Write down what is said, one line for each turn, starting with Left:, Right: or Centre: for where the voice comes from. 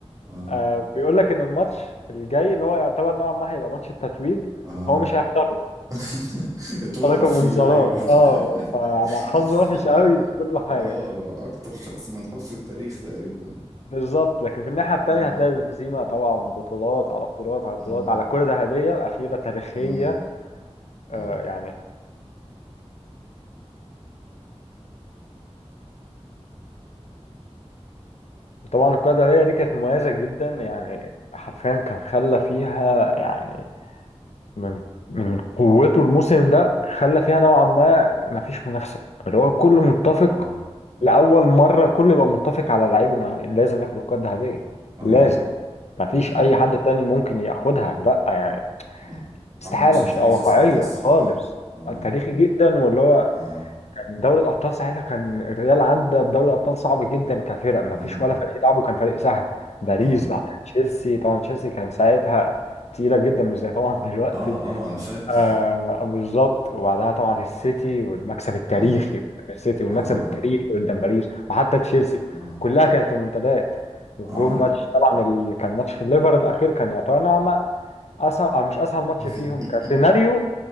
Right: اه
Left: آه بيقول لك إن الماتش الجاي اللي هو يعتبر نوعا ما هيبقى ماتش التتويج
Right: اه
Left: هو مش هيحضره
Right: <laughs> اتوقف
Left: تراكم
Right: فيه
Left: انذارات
Right: ايوه
Left: اه فحظه
Right: <laughs>
Left: وحش قوي في كل حاجة
Right: اه اكتر شخص منحوس في التاريخ تقريبا
Left: بالظبط لكن في الناحية التانية
Right: اه
Left: هتلاقي بنزيما طبعا من بطولات على بطولات على بطولات
Right: أمم.
Left: على كرة ذهبية أخيرة تاريخية
Right: اه اه
Left: آه يعني طبعا الكرة الذهبية دي كانت مميزة جدا يعني حرفيا كان خلى فيها يعني من من قوته الموسم ده خلى فيها نوعا ما مفيش منافسة اللي هو كله متفق
Right: اه
Left: لأول مرة كله يبقى متفق على لعيب إنه لازم ياخد الكرة الذهبية
Right: اه
Left: لازم مفيش
Right: أمم.
Left: أي حد تاني ممكن ياخدها لأ يعني
Right: اه
Left: استحالة
Right: عمل موسم
Left: مش
Right: تاريخي
Left: تبقى واقعية
Right: ساعتها الصراحة
Left: خالص
Right: اه
Left: تاريخي جدا واللي هو
Right: اه
Left: كان دوري الأبطال ساعتها كان الريال عدى بدوري أبطال صعب جدا كفرق ما
Right: اه
Left: فيش ولا فريق لعبه كان فريق سهل باريس
Right: اه اه
Left: بعد تشيلسي طبعا تشيلسي كان ساعتها تقيلة جدا مش زي طبعا <laughs> دلوقتي
Right: اه اه، انا فاكر
Left: آه بالظبط وبعدها طبعا السيتي والمكسب التاريخي
Right: اه
Left: قدام السيتي والمكسب
Right: اه
Left: التاريخي قدام باريس وحتى تشيلسي
Right: اه
Left: كلها كانت ريمونتادات والجون
Right: اه
Left: ماتش طبعا اللي كان ماتش في الليفر الأخير كان يعتبر نوعا ما اصعب او مش اسهل ماتش
Right: <laughs>
Left: فيهم كسيناريو أ-